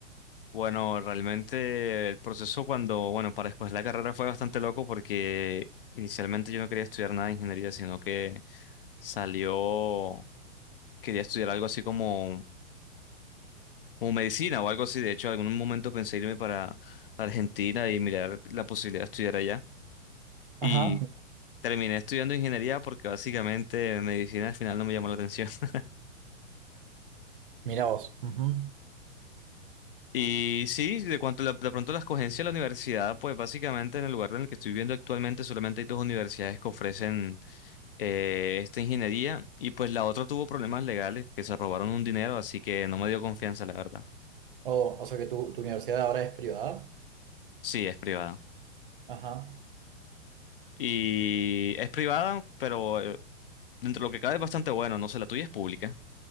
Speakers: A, on the left (about 45°); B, on the right (about 45°).
A: Bueno, realmente el proceso cuando, bueno, para escoger la carrera fue bastante loco porque inicialmente yo no quería estudiar nada de ingeniería, sino que salió, quería estudiar algo así como como medicina o algo así. De hecho, en algún momento pensé irme para Argentina y mirar la posibilidad de estudiar allá.
B: Ajá,
A: Y terminé estudiando ingeniería porque básicamente medicina al final no me llamó la atención. <laughs>
B: mira vos. Ujú.
A: Y sí, de cuanto la- de pronto la escogencia de la universidad, pues básicamente en el lugar en el que estoy viviendo actualmente solamente hay dos universidades que ofrecen eh, esta ingeniería y pues la otra tuvo problemas legales que se robaron un dinero, así que no me dio confianza, la verdad.
B: O, o sea que tu, tu universidad ahora es privada.
A: Sí, es privada.
B: Ajá.
A: Y es privada, pero eh, dentro de lo que cabe es bastante bueno, no sé, la tuya es pública.